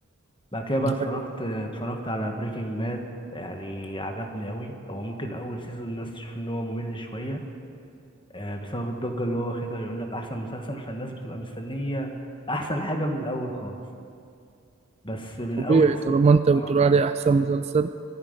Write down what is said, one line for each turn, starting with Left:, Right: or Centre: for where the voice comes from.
Left: بعد كده
Right: مم.
Left: بقى اتفرجت
Right: عجبك
Left: اتفرجت على بريكنج باد يعني عجبني أوي هو ممكن أول سيزون الناس تشوف إن هو ممل شوية آه، بسبب الضجة اللي هو واخدها يقول لك أحسن مسلسل فالناس بتبقى مستنية أحسن حاجة من الأول خالص بس من
Right: طبيعي
Left: أول الس-
Right: طالما أنت بتقول
Left: اه
Right: عليه أحسن مسلسل